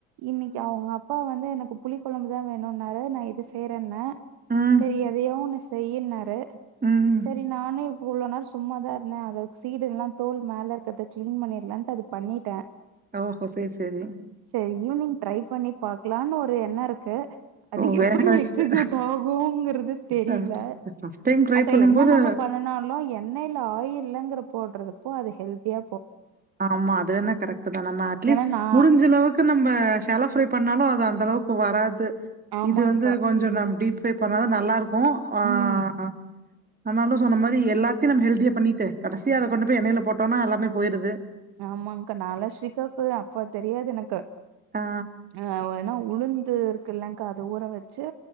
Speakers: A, on the right (about 60°); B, on the right (about 20°).
A: இன்னைக்கு அவுங்க அப்பா வந்து எனக்கு புளி குழம்பு தா வேணும்னாரு நா இது செய்றன்ன
B: ம்,
A: சேரி எதைய ஒன்னு செய்யினாரு
B: ம்.
A: சரி நானே இவ்ளோ நாள் சும்மாதா இருந்த அதது சீடு எல்லா தோல் மேல இருக்கிற தகிளீன் பண்ணிரலாமன்ட்டு அத பண்ணிட்ட
B: ஓ ஹோ சேரி சேரி
A: ஈவி்னிங் ட்ரை பண்ணி பாக்கலானு ஒரு எண்ணோ இருக்கு அது
B: ஓ! வேக
A: எப்படி
B: வச்சுட்டு
A: எக்ஸிஹூயூட் ஆகுங்கிறது தெரில
B: அ ஃபர்ஸ்ட் டைம் ட்ரை
A: அக்கா
B: பண்ணும்போது
A: என்ன நாம பண்ணனாலு எண்ணெய்ல ஆயில்லங்கிற போடுறது அப்போ அது ஹெல்தியா
B: ஆமா அது வேணா கரெக்ட்டுதா நம்ம அட்லீஸ்ட்
A: ஏன்னா நா
B: முடிஞ்ச அளவுக்கு நம்ப சேலோ ஃப்ரை பண்ணாலு அது அந்த அளவு க்கு வராது
A: ஆமாங்க்கா
B: இது வந்து கொஞ்சோ நம் டீப் ஃப்ரை பண்ணாதா நல்லா இருக்கு ஆஹ
A: ம்
B: ஆனாலு சொன்ன மாரி எல்லாத்தையு நம்ம ஹெல்தியா பண்ணிட்டு கடைசியா அத கொண்டு போய் எண்ணயெய்ல போட்டோனா எல்லாமே போயிருது
A: ஆமாங்க்கா நா எல்லா ஸ்ரீகாவுக்கு அப்ப தெரியாது எனக்கு
B: ஆ.
A: ஆஹ் உளுந்து இருக்கல்லங்க்கா அத ஊற வெச்சு